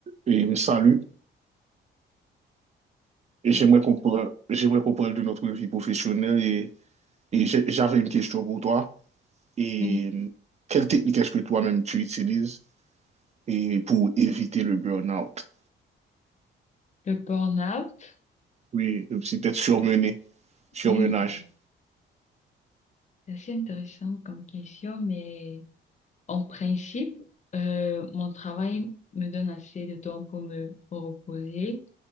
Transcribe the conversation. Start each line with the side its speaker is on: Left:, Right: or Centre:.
Right: et me salue. Et
Left: Oui,
Right: j'aimerais qu'on parle, j'aimerais qu'on parle de notre vie professionnelle. Et, et j'ai- j'avais une question pour toi. Et
Left: oui.
Right: euh, quelle technique est-ce que toi-même tu utilises et pour éviter le burn-out?
Left: Le burn-out,
Right: Oui, c'est peut surmené, surmenage.
Left: hmm, c'est assez intéressant comme question, mais en principe, euh, mon travail me donne assez de temps pour me reposer.